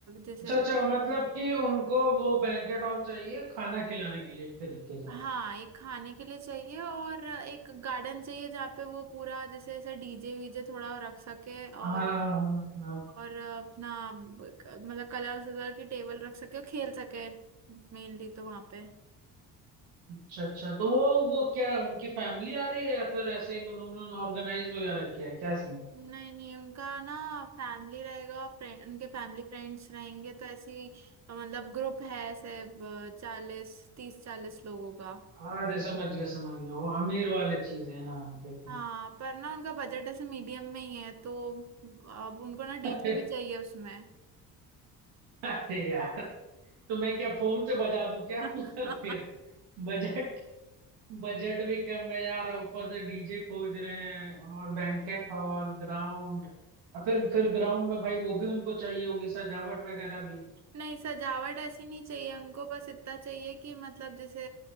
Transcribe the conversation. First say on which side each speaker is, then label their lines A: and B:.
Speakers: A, on the right; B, on the right.
A: जैसे
B: अच्छा अच्छा मतलब कि उनको वो बैंकेट हॉल चाहिए खाना खिलाने के लिए एक तरीके से
A: हाँ एक खाने के लिए चाहिए और एक गार्डन चाहिए जहाँ पे वो पूरा जैसे ऐसे डीजे वीजे थोड़ा रख सके और
B: हाँ हाँ हाँ
A: और अपना मतलब कलर सलर की टेबल रख सके और खेल सके मेनली तो वहां पे
B: अच्छा अच्छा तो वो वो क्या उनकी फैमिली आ रही है या फिर ऐसे ही मतलब उन्होंने ऑर्गेनाइज वगैरह किया है क्या सीन है
A: नहीं नहीं उनका ना फैमिली रहेगा फ्रेंड उनके फैमिली फ्रेंड्स रहेंगे तो ऐसी मतलब ग्रुप है ऐसे चालीस तीस चालीस लोगों का
B: अरे समझ गया समझ गया वो अमीर वाले चीज है हाँ हाँ, ठीक
A: हाँ
B: है
A: पर ना उनका बजट ऐसे मीडियम में ही है तो अब उनको ना डीजे
B: <laughs> अरे
A: भी चाहिए उसमें
B: अरे यार तो मैं क्या फोन से बजा दूं क्या
A: <laughs>
B: उधर फिर बजट बजट भी कम है यार ऊपर से डीजे खोज रहे हैं और बैंकेट हॉल ग्राउंड और फिर फिर ग्राउंड में भाई वो भी उनको चाहिए होगी सजावट वगैरह भी
A: नहीं सजावट ऐसी नहीं चाहिए उनको बस इतना चाहिए कि मतलब जैसे